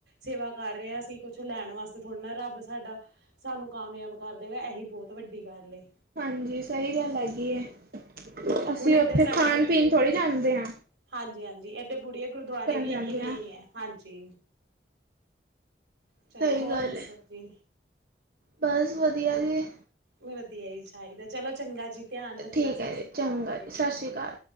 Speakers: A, on the right; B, on the right.
A: ਸੇਵਾ ਕਰ ਰਹੇ ਹਾਂ ਕਿ ਕੁਛ ਲੈਣ ਵਾਸਤੇ ਥੋੜ੍ਹਾ ਨਾ, ਰੱਬ ਸਾਡਾ ਸਾਨੂੰ ਕਾਮਯਾਬ ਕਰ ਦੇਵੇ ਇਹੀ ਬਹੁਤ ਵੱਡੀ ਗੱਲ ਏ।
B: ਹਾਂਜੀ ਸਹੀ ਗੱਲ ਹੈਗੀ ਏ, ਅਸੀਂ
A: ਹੁਣ ਇੱਧਰ
B: ਉੱਥੇ
A: ਸਾਡੇ
B: ਖਾਣ ਪੀਣ ਥੋੜ੍ਹੀ ਜਾਂਦੇ ਆ।
A: ਹਾਂਜੀ ਹਾਂਜੀ, ਏਡੇ ਬੁੜੇ ਗੁਰਦੁਆਰੇ ਵੀ
B: ਜਾਂਦੇ
A: ਇਵੇਂ
B: ਹਾਂ।
A: ਹੀ ਐ, ਹਾਂਜੀ। ਚਲੋ
B: ਸਹੀ
A: ਹੋਰ
B: ਗੱਲ
A: ਦੱਸੋ
B: ਹੈ
A: ਜੀ।
B: ਬਸ ਵਧੀਆ ਜੀ
A: ਵਧੀਆ ਹੀ ਚਾਹੀਦਾ, ਚਲੋ ਚੰਗਾ ਜੀ। ਧਿਆਨ ਰੱਖਣਾ
B: ਠੀਕ
A: ਸਤਿ
B: ਹੈ
A: ਸ਼੍ਰੀ
B: ਜੀ
A: ਅਕਾਲ
B: ਚੰਗਾ
A: ਜੀ।
B: ਸਤਿ ਸ਼੍ਰੀ ਅਕਾਲ।